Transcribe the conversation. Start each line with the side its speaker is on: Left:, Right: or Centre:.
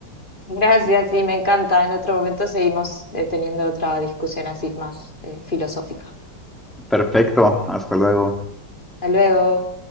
Left: <laughs> Gracias, sí, me encanta. En otro momento seguimos eh, teniendo otra discusión así más eh, filosófica.
Centre: Perfecto, hasta luego.
Left: Hasta luego.